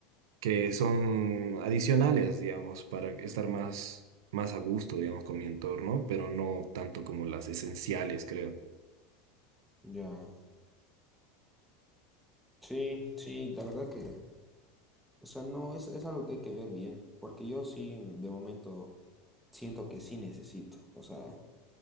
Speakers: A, on the right; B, in the centre.
A: que son adicionales, digamos, para estar más, más a gusto, digamos, con mi entorno, pero no tanto como las esenciales, creo.
B: Ya, sí, sí, la verdad que O sea, no es, es algo que hay que ver bien, porque yo sí, mm, de momento, siento que sí necesito. O sea,